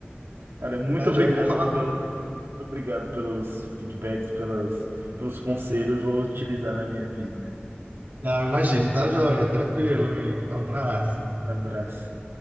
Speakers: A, on the right; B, on the right.
A: Olha, muito
B: Tá,
A: obrigado
B: joia. Vou falar
A: pela,
B: com...
A: muito obrigado pelos feedbacks, pelas, pelos conselhos, vou utilizar na minha vida.
B: Não, imagina, tá, joia. Tranquilo, amigo. Um Abraço.
A: Abraço.